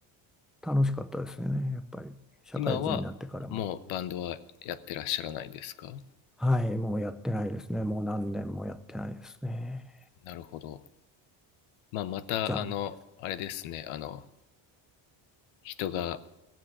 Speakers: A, in the centre; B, on the left (about 85°).
A: 楽しかったですよね、やっぱり。社会人になってからも。
B: 今はもうバンドはやってらっしゃらないですか
A: はい、もうやってないですね。もう何年もやってないですね。
B: なるほど、まあ、またあのあれですねあの
A: 残
B: 人が